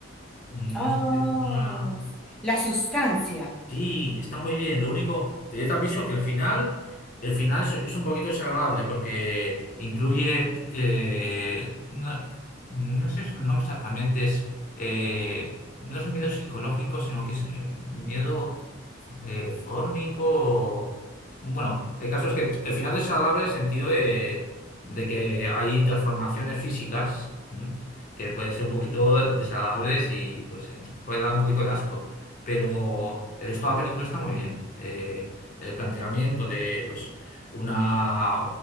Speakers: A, on the left; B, in the centre.
A: no
B: Oh,
A: sé si es una.
B: la sustancia.
A: Sí, está muy bien. Lo único, te te aviso que el final, el final es, es un poquito desagradable porque incluye, eh, no, no sé su nombre exactamente, es, eh, no es miedo psicológico, sino que es eh, miedo eh, fórmico. o- Bueno, el caso es que el final es desagradable en el sentido de, de que hay transformaciones físicas, ¿m? que pueden ser un poquito
B: Sí.
A: desagradables y pues eh, puede dar un poquito de asco pero el resto de la película está muy bien. Eh, el planteamiento de, pues, una,